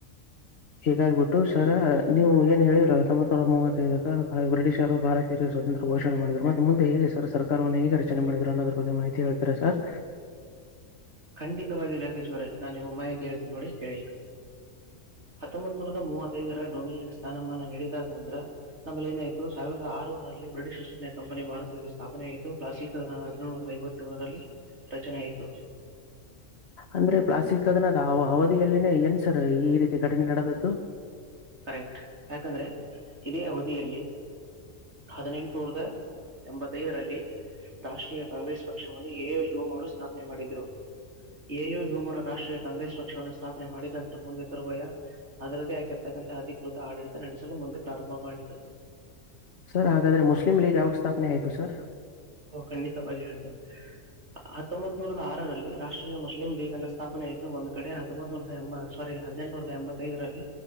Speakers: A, on the left (about 55°); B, on the right (about 60°).
A: ಹೀಗಾಗ್ಬಿಟ್ಟು ಸರ ನೀವು ಏನು ಹೇಳಿದಿರಲ್ಲ ತೊಂಬತ್ನೂರ ಮೂವತ್ತ್ತೈದ ಬ್ರಿಟಿಷರು ಭಾರತೀಯರಿಗೆ ಸ್ವಾತಂತ್ರ್ಯ ಘೋಷಣೆ ಮಾಡಿದ್ರು ಮತ್ತೆ ಮುಂದೆ ಹೇಗೆ ಸರ್ ಸರ್ಕಾರವನ್ನು ಹೇಗೆ ರಚನೆ ಮಾಡಿದ್ರು ಅನ್ನೋದ್ರ ಬಗ್ಗೆ ಮಾಹಿತಿ ಹೇಳ್ತೀರಾ ಸರ್
B: ಖಂಡಿತವಾಗಿ ಜಗದೀಶ್ ಅವರೇ ನಾ ನಿಮ್ಮ ಮಾಹಿತಿ ಹೇಳ್ತೀನಿ ನೋಡಿ ಹೇಳಿ ಹತ್ತೊಂಬತ್ ನೂರದ ಮೂವತ್ತೈದರ ಸ್ಥಾನಮಾನ ನೀಡಿದ ಅ್ರ ನಮ್ಮೇಲ್ಲಿ ಏತ ಸಾವಿರದ ಆರುರಲ್ಲಿ ಬ್ರಿಟಿಷ್ಸ್ ಇಂಡಿಯ ಕಂಪನಿ ಭಾರತದ ಸ್ಥಾಪನೆ ಪ್ರಸ್ತುತ ಹದಿನೇಳುನೂರ ಐವತ್ತೇಳರಲ್ಲಿ ರಚನೆ ಆಯ್ತು
A: ಅಂದ್ರೆ ಪ್ಲಾಸಿಕ್ ಅದನದ ಅವಧಿಯಲ್ಲಿನೇ ಏನ್ ಸರ್ ಈ ರೀತಿ ಘಟನೆ ನಡೆದದ್ದು
B: ಕರೆಕ್ಟ್ ಯಾಕಂದ್ರೆ ಇದೇ ಅವಧಿಯಲ್ಲಿ ಹದಿನೆಂಟನೂರದ ಎಂಬತ್ತೈದರಲ್ಲಿ ರಾಷ್ಟ್ರೀಯ ಕಾಂಗ್ರೆಸ್ ಪಕ್ಷವನ್ನು ಎ ಏ ಯೋಮ ಅವರು ಸ್ಥಾಪನೆ ಮಾಡಿದ್ರು ಎ ಏ ತೋಳ ರವರು ರಾಷ್ಟ್ರೀಯ ಕಾಂಗ್ರೆಸ್ ಪಕ್ಷ ಪಕ್ಷವನ್ನು ಸ್ಥಾಪನೆ ಮಾಡಿದ ನಂತರ ಮುಂದೆ ತರುವಯ ಅದ್ರದೇ ಹಾಕಿ ಅಧಿಕೃತ ಆಡಳಿತ ನಡೆಸಲು ಮುಂದೆ ಪ್ರಾರಂಭ ಮಾಡಿತು
A: ಸರ್ ಹಾಗಾದ್ರೆ ಮುಸ್ಲಿಮಂ ಲೀಗ್ ಯಾವ ಸ್ಥಾಪನೆ ಆಯ್ತು ಸರ್
B: ಹಓ ಖಂಡಿತವಾಗಿ ಹೇಳ್ತೇನೆ ಹತ್ತೊಂಬತನೂರ್ ಆರಲ್ಲಿ ರಾಷ್ಟ್ರೀಯ ಮುಸ್ಲಿಂ ಲೀಗ್ ಅಲ್ಲ ಸ್ಥಾಪನೆ ಆಯ್ತ ಒಂದ್ ಕಡೆ ಹೊಂಬತ್ನೂರ ಎಂಬ ಸಾರಿ ಹದಿನೆಂಟನೂರದ ಎಂಬತ್ತೈದರಲ್ಲಿ